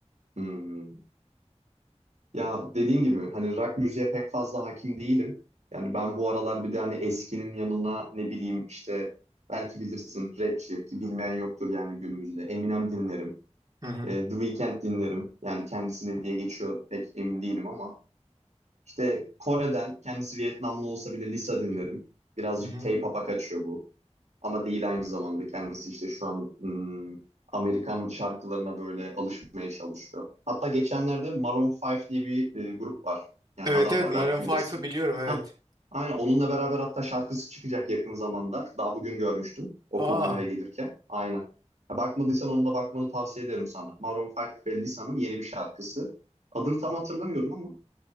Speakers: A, on the right; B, on the right.
A: Hmm. Ya dediğin gibi hani rock müziğe pek fazla hakim değilim. Yani ben bu aralar bir de hani eskinin yanına ne bileyim işte belki bilirsin rapçi ki bilmeyen yoktur yani günümüzde. Eminem dinlerim.
B: Hı hı.
A: E, The Weeknd dinlerim. Yani kendisine diye geçiyor pek emin değilim ama. İşte Kore'den kendisi Vietnamlı olsa bile Lisa dinlerim. Birazcık
B: Hı hı.
A: K-pop'a kaçıyor bu. Ama değil aynı zamanda kendisi işte şu an ım, Amerikan şarkılarına böyle alışmaya çalışıyor. Hatta geçenlerde Maroon 5 diye bir e, grup var. Yani
B: Evet
A: adam
B: evet
A: var
B: Maroon
A: belki bilirsin.
B: 5'ı biliyorum evet.
A: Hah, aynen onunla beraber hatta şarkısı çıkacak yakın zamanda. Daha bugün görmüştüm okuldan
B: Aa,
A: eve gelirken. Aynen. Ya bakmadıysan onunla bakmanı tavsiye ederim sana. Maroon 5 ve Lisa'nın yeni bir şarkısı. Adını tam hatırlamıyorum ama